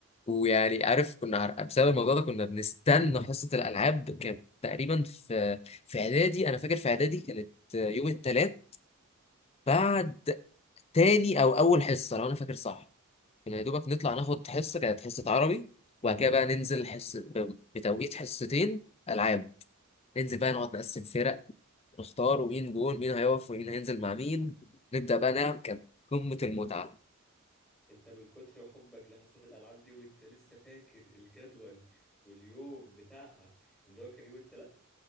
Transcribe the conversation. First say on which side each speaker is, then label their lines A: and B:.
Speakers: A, on the left; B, in the centre.
A: ويعني عارف كنا عر- بسبب الموضوع ده كنا بنستنى حصة الألعاب كانت تقريبا في في إعدادي أنا فاكر في إعدادي كانت يوم التلات بعد تاني أو أول حصة لو أنا فاكر صح كنا يا دوبك نطلع ناخد حصة كانت حصة عربي وبعد كده بقى ننزل حص ب- بتوقيت حصتين ألعاب ننزل بقى نقعد نقسم فرق ونختار ومين جون مين هيقف ومين هينزل مع مين نبدأ بقى نلعب كانت قمة المتعة
B: أنت من كتر حبك لحصة الألعاب دي وأنت لسه فاكر الجدول واليوم بتاعها إن هو كان يوم التلات؟